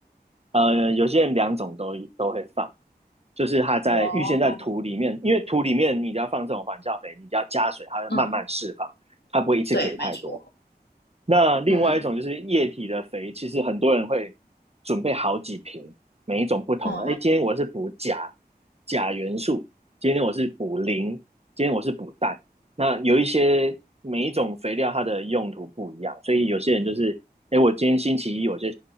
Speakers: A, on the right; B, on the left.
A: 呃，有些人两种都都会放，就是它在预先在土里面，
B: 哇哦，
A: 因为土里面你只要放这种缓效肥，你只要加水，它会慢慢释放，
B: 嗯，
A: 它不会一次给太多。
B: 对，没错，
A: 那另外一种就是液体的肥，
B: 嗯
A: 其实很多人会准备好几瓶，每一种不同的。
B: 嗯
A: 哎，今天我是补钾钾元素，今天我是补磷，今天我是补氮。那有一些每一种肥料它的用途不一样，所以有些人就是，哎，我今天星期一我就